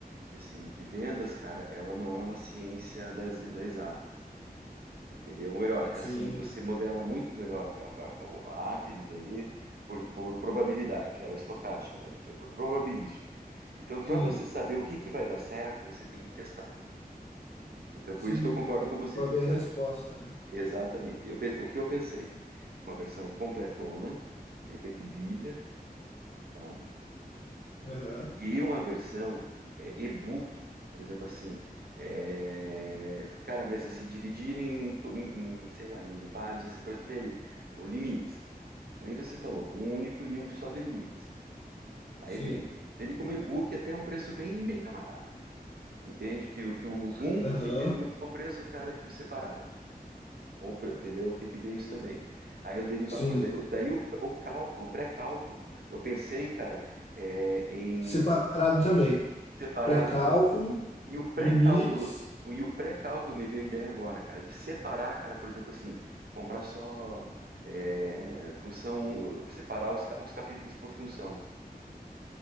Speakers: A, on the right (about 75°); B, on the left (about 40°).
A: que assim, que vendas, cara, ela não é uma ciência das, das exatas, entendeu? Ou melhor, é
B: Sim,
A: assim, você modela muito melhor a, a- a arte de vender por, por probabilidade, ela é estocástica, ela é é por probabilística. Então, para
B: sim,
A: você saber o que que vai dar certo, você tem que testar. Então, por
B: sim.
A: isso que eu concordo com você,
B: para
A: a gente
B: ver
A: faz
B: a resposta, né?
A: exatamente. Eu pe- o que eu pensei, uma versão completona, de repente Bíblia, tá?
B: Aham.
A: E uma versão é, e-book, por exemplo, assim, é, cara, mas assim, dividir em, em, sei lá, em vários, assim, por exemplo, tem ali, o limites, que nem você falou, um único livro só de limites. Aí
B: Sim.
A: vende. Vende como e-book até um preço bem, bem camarada. Entende? Que, o que o junto
B: Aham.
A: fique do mesmo preço, cara, que o separado. Ou, entendeu? Tem que ver isso também. Aí eu derivar
B: Sim.
A: coisa. aí eu- daí o, o cálculo, o pré-cálculo, eu pensei, cara, é, em
B: Separado também.
A: separado
B: Pré-cálculo,
A: E o pré-cálculo,
B: limites.
A: e o pré-cálculo me veio a ideia agora, cara, de separar, cara, por exemplo, assim, comprar só é, função, separar os, ca- os capítulos por função.